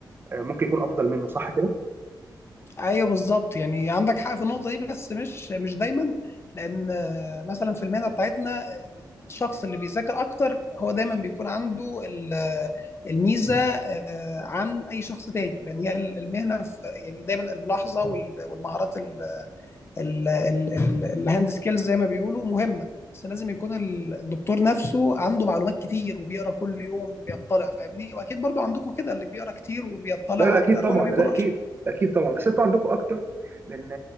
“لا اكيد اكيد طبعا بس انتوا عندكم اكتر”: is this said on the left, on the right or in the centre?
Right